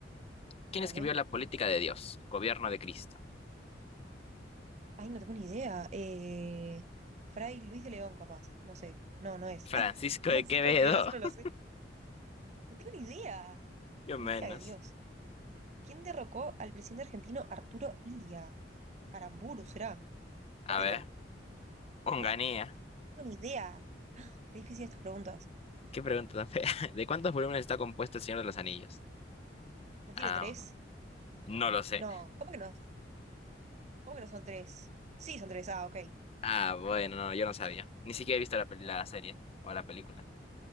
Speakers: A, on the right; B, on the left.
A: Dale.
B: ¿Quién escribió La política de Dios? Gobierno de Cristo.
A: Ay, no tengo ni idea. Eh, Fray Luis de León, capaz. No sé. No, no es.
B: Francisco
A: <laughs> Francisco
B: de Quevedo.
A: de Quevedo, eso no lo
B: <laughs>
A: sé. No tengo ni idea.
B: Yo
A: Política
B: menos.
A: de Dios. ¿Quién derrocó al presidente argentino Arturo Illia? Aramburu, ¿será?
B: A
A: ¿O Perón?
B: ver, Onganía.
A: No, no tengo ni idea. Qué difícil estas preguntas.
B: Qué pregunta tan fea. <laughs> ¿De cuántos volúmenes está compuesto El Señor de los Anillos?
A: ¿No tiene
B: Am,
A: tres?
B: no lo sé.
A: No, ¿cómo que no? ¿Cómo que no son tres? Sí, son tres. Ah, ok.
B: Ah, bueno, no, yo no sabía. Ni siquiera he visto la, peli- la serie o la película.